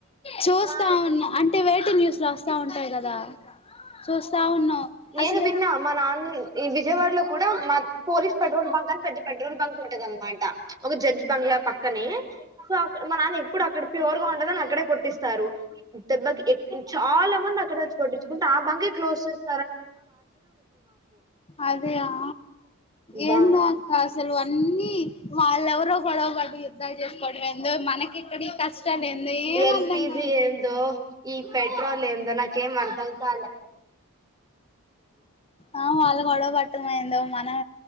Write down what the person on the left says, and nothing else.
చూస్తా
ఉన్న అంటే వెయిటు న్యూస్ లో బా ఉంటాయి కదా చూస్తా ఉన్నాం
అసలే
అదే ఆ
ఏందో అక్క అసలు అన్నీ వాళ్ళెవరు గొడవ వాటి యుద్ధం చేసుకోవడం ఏందో మనకి ఇక్కడి కష్టాలు ఏందు ఏం
అర్థంకాల
ఆ వాళ్ళ గొడవ పట్టమైందో మనం